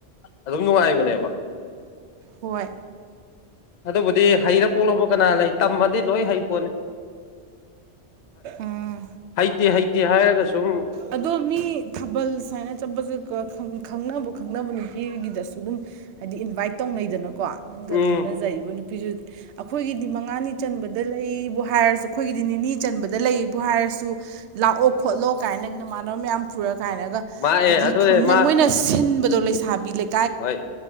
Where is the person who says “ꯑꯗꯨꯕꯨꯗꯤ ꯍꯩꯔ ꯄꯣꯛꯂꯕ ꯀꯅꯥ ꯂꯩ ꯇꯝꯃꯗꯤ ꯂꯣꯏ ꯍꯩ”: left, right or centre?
Left